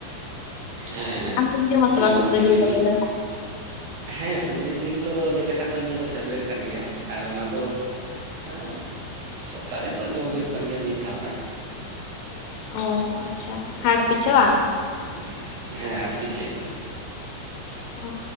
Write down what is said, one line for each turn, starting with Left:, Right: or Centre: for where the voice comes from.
Right: ᱦᱮᱸ
Left: ᱟᱢᱫᱚᱢ ᱡᱚᱢᱟ
Right: ᱥᱤᱵᱤᱞ
Left: ᱥᱮ ᱵᱟᱝ ᱥᱩᱠᱨᱤ
Right: ᱢᱟ ᱥᱤᱵᱤᱞ
Left: ᱡᱤᱞ
Right: ᱜᱮ
Left: ᱠᱚᱫᱚ?
Right: ᱦᱮᱸ ᱥᱩᱠᱨᱤ ᱡᱤᱞ ᱫᱚ ᱞᱟᱹᱭ ᱞᱮᱠᱷᱟᱱ ᱫᱚ ᱤᱧᱟᱹᱜ ᱫᱚ ᱯᱷᱮᱵᱟᱨᱴ ᱠᱟᱱ ᱜᱮᱭᱟ ᱟᱨ ᱚᱱᱟ ᱫᱚ ᱟ ᱥᱚᱯᱛᱟ ᱨᱮᱫᱚ ᱡᱚᱢ ᱦᱩᱭᱩᱜ ᱠᱟᱱ ᱜᱮᱭᱟ ᱢᱤᱫ ᱫᱷᱟᱣ ᱜᱟᱱ ᱾
Left: ᱚ ᱟᱪᱪᱷᱟ ᱦᱟᱴ ᱯᱤᱪᱷᱟᱹ ᱵᱟᱝ?
Right: <inaudible> ᱦᱮᱸ ᱦᱟᱴ ᱯᱤᱪᱷᱟᱹ᱾
Left: ᱚ